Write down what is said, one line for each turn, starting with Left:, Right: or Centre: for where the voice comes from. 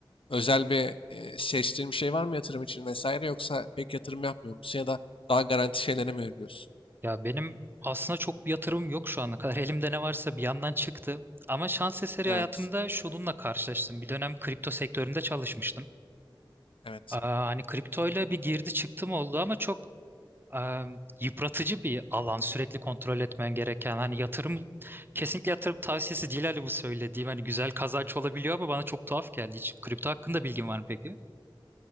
Left: özel bir e, seçtiğin bir şey var mı yatırım için vesaire yoksa pek yatırım yapmıyor musun ya da daha garanti şeylere mi yöneliyorsun?
Right: Ya benim aslında çok bir yatırımım yok şu ana kadar. <laughs> Elimde ne varsa bir yandan çıktı. Ama şans eseri
Left: Evet,
Right: hayatımda şununla karşılaştım. Bir dönem kripto sektöründe çalışmıştım.
Left: evet.
Right: Aa, hani kriptoyla bir girdi çıktım oldu ama çok e, yıpratıcı bir alan. Sürekli kontrol etmen gereken. Hani yatırım kesinlikle yatırım tavsiyesi değil hani bu söylediğim. Hani güzel kazanç olabiliyor ama bana çok tuhaf geldi. Hiç kripto hakkında bilgin var mı peki?